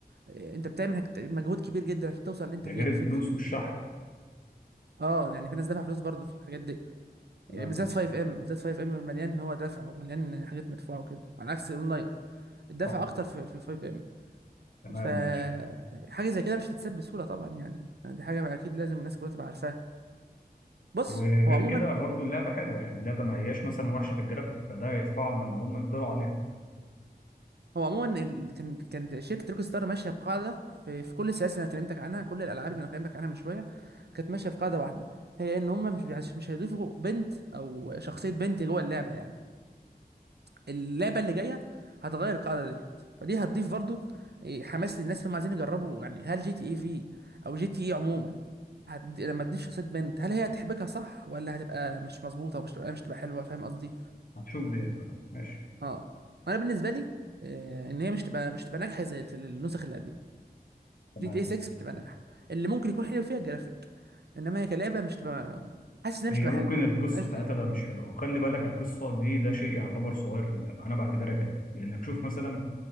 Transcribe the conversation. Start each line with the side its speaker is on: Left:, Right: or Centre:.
Right: إيه، انت بتعمل هك- مجهود كبير جدا عشان توصل اللي انت
Left: ده
Right: فيه
Left: غير
Right: على
Left: الفلوس
Right: فكره
Left: والشحن
Right: اه يعني في ناس دافعه فلوس برضه في الحاجات دي
Left: تمام
Right: يعني بالذات 5 ام بالذات 5 ام مليان هو دفع ومليان حاجات مدفوعه وكده على عكس الاونلاين الدفع
Left: صح
Right: اكتر في في 5 ام
Left: تمام
Right: ف
Left: ماشي
Right: حاجه زي كده مش هتتساب بسهوله طبعا يعني يعني دي حاجه اكيد لازم الناس كلها تبقى عارفاها بص
Left: وغير
Right: هو عموما
Left: كده برضو اللعبة حلوة يعني اللعبة ما هياش مثلا وحشة في الجرافيك فده يدفعهم إن هم يفضلوا عليها
Right: هو عموما ال- كان كان شركه روك ستار ماشيه بقاعده في في كل السلاسل اللي انا كلمتك عنها كل الالعاب اللي انا كلمتك عنها من شويه كانت ماشيه في قاعده واحده هي ان هم مش بيعش- مش هيضيفوا بنت او شخصيه بنت جوه اللعبه يعني اللعبه اللي جايه هتغير القاعده ديت فدي هتضيف برضو إيه، حماس للناس اللي هم عايزين يجربوا يعني هل جي تي اي في او جي تي اي عموما هت... لما تضيف شخصيه بنت هل هي هتحبكها صح ولا هتبقى مش مظبوطه ومش تبقى مش تبقى حلوه فاهم قصدي
Left: هتشوف ديت بقى ماشي
Right: اه انا بالنسبه لي آه، ان هي مش تبقى مش تبقى ناجحه زي الف- النسخ اللي قبليه
Left: تمام
Right: جي تي اي 6 مش تبقى ناجحه اللي ممكن يكون حلو فيها الجرافيك انما هي كلعبه مش تبقى حاسس انها مش
Left: هي
Right: تبقى
Left: ممكن
Right: حلوه
Left: القصة
Right: مش عارف
Left: بتاعتها
Right: ليه
Left: ده مش حلوة وخلي بالك القصة دي ده شيء يعتبر صغير في اللعبة أنا بعتبرها كده لأنك شوف مثلا